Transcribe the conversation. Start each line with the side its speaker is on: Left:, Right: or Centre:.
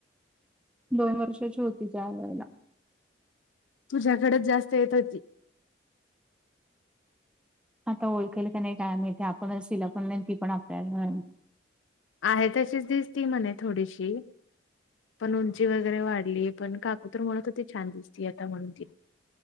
Centre: दोन वर्षाची होती त्या वेळेला.
Left: तुझ्याकडेच जास्त येत होती.
Centre: आता ओळखेल का नाही, काय माहीत, आपणच तिला पण नाही, ती पण आपल्या नाही.
Left: आहे तशीच दिसते म्हणे थोडीशी. पण उंची वगैरे वाढली, पण काकु तर म्हणत होती छान दिसती आता म्हणुन ती